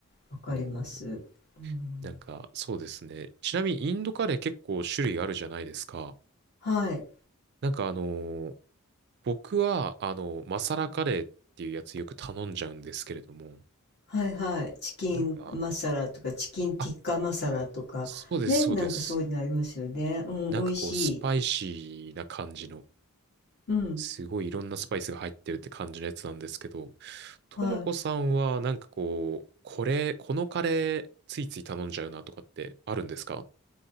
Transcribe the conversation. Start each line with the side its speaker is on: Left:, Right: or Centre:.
Left: わかります。
Right: おー
Left: うん。
Right: なんか、そうですね。ちなみに、インドカレー結構種類あるじゃないですか。
Left: はい。
Right: なんか、あのー僕は、あのマサラカレーっていうやつよく頼んじゃうんですけれども、
Left: はいはい。チキンマサラとか、
Right: なんか、
Left: チキンティッカマサラとか、
Right: あ、そうです、
Left: ね、
Right: そうです。
Left: なんかそういうのありますよね。うん、
Right: なんかこう、
Left: 美味しい。
Right: スパイシーな感じの、
Left: うん、
Right: すごいいろんなスパイスが入ってるって感じのやつなんですけど、ともこさんは、
Left: はい。
Right: なんかこう、これ、このカレー、ついつい頼んじゃうなとかってあるんですか